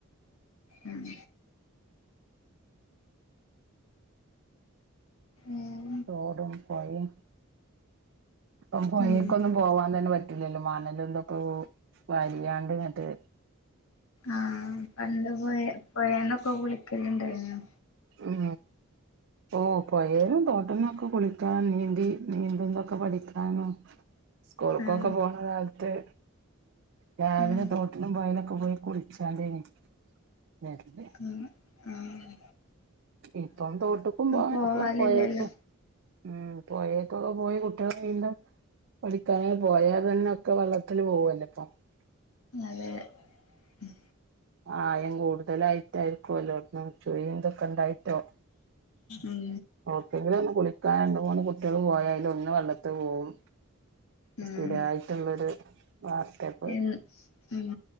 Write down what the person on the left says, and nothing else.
ഉം ഏഹ്
ഉം
ആഹ് പണ്ട് പൊയെ പൊയേന്നൊക്ക കുളിക്കല് ഇണ്ടായിരുന്നു
ആഹ്
ഉം
ഉം ആഹ്
പോവാലില്ലല്ലോ
അതെ ഉം
ഉം
ഉം
എന്ന് ഉം